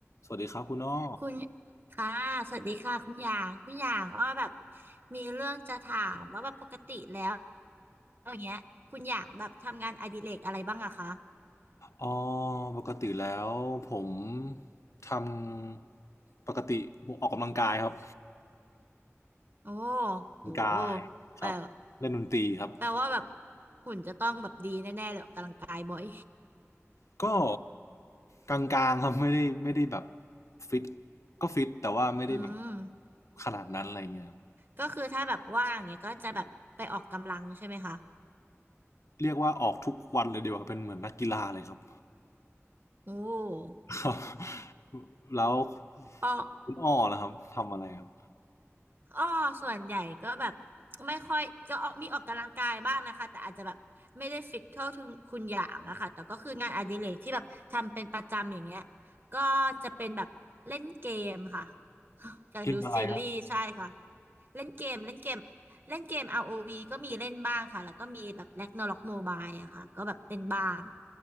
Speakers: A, on the left (about 75°); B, on the right (about 45°).
A: สวัสดีครับคุณอ้อ
B: คุณค่ะสวัสดีค่ะคุณหยาง คุณหยางอ้อแบบมีเรื่องจะถามว่าแบบปกติแล้วอย่างเงี้ยคุณหยางแบบทำงานอดิเรกอะไรบ้างอะคะ
A: อ๋อปกติแล้วผมทำปกติผมออกกำลังกายครับ
B: โอ้
A: ออกกำลังกายครับเล่นดนตรีครับ
B: โหแปลแปลว่าแบบหุ่นจะต้องแบบดีแน่ๆเลยออกกำลังกายบ่อย
A: ก็กลางๆครับไม่ได้ไม่ได้แบบฟิตก็ฟิตแต่ว่าไม่ได้แบบ
B: <laughs> อืม
A: ขนาดนั้นอะไรเงี้ยครับ
B: ก็คือถ้าแบบว่างเงี้ยก็จะแบบไปออกกำลังใช่ไหมคะ
A: เรียกว่าออกทุกวันเลยดีกว่าเป็นเหมือนนักกีฬาเลยครับ
B: โอ้
A: <laughs> ครับแล้ว
B: อ้อ
A: คุณอ้อล่ะครับทำอะไรครับ
B: อ้อส่วนใหญ่ก็แบบไม่ค่อยก็ออกมีออกกำลังกายบ้างนะคะแต่อาจจะแบบไม่ได้ฟิตเข้าถึงคุณอย่างอะค่ะแต่ก็คืองานอดิเรกที่แบบทำเป็นประจำอย่างเงี้ยก็จะเป็นแบบเล่นเกมค่ะ <laughs> จะดูซีรีส์ใช่ค่ะ
A: เกมอะไรครับ
B: เล่นเกมเล่นเกมเล่นเกม ROV ก็มีเล่นบ้างค่ะแล้วก็มีแบบ Ragnarok Mobile อะค่ะก็แบบเล่นบ้าง